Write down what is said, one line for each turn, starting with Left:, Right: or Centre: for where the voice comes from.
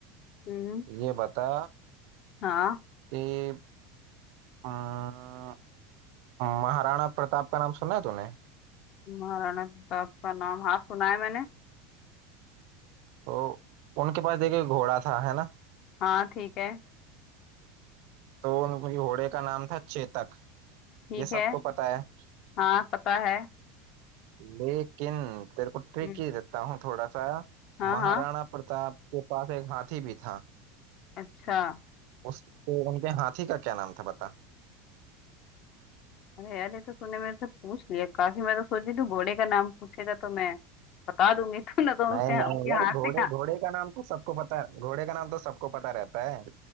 Left: हम्म
Right: ये बता
Left: हाँ
Right: कि अम, महाराणा प्रताप का नाम सुना है तूने
Left: महाराणा प्रताप का नाम हाँ सुना है मैंने
Right: तो उनके पास देखिए घोड़ा था है ना
Left: हाँ ठीक है
Right: तो उनके घोड़े का नाम था चेतक
Left: ठीक
Right: ये
Left: है
Right: सबको पता है
Left: हाँ पता है
Right: लेकिन तेरे को ट्रिक
Left: हम्म
Right: ही देता हूँ थोड़ा सा
Left: हाँ
Right: महाराणा
Left: हाँ
Right: प्रताप के पास एक हाथी भी था
Left: अच्छा
Right: उसके उनके हाथी का क्या नाम था बता
Left: अरे यार ये तो तूने मेरे से पूछ लिया काफी मैं तो सोची तू घोड़े का नाम पूछेगा तो मैं बता दूंगी <laughs> तू ना तो
Right: नहीं
Left: उसके
Right: नहीं
Left: उनके
Right: यार
Left: हाथ
Right: घोड़े
Left: से
Right: घोड़े का नाम तो सबको पता है, घोड़े का नाम तो सबको पता रहता है